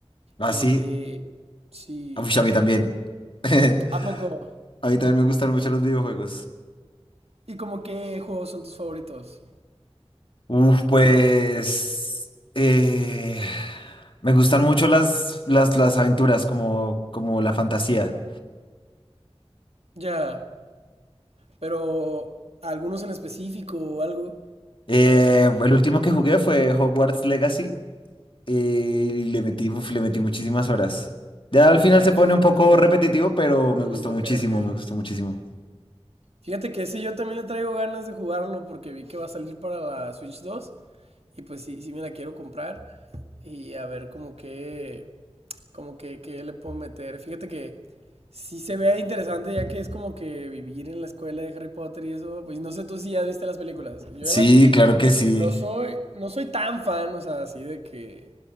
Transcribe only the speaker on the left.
Así,
uy, a mí también. <laughs>
A mí también me gustan mucho los videojuegos.
Uf, pues eh, me gustan mucho las, las, las aventuras, como, como la fantasía.
Eh, el último que jugué fue Hogwarts Legacy eh, y le metí, uf, le metí muchísimas horas. Ya al final
se pone
un poco
repetitivo, pero me
gustó
muchísimo,
me gustó muchísimo.
Sí,
claro que sí.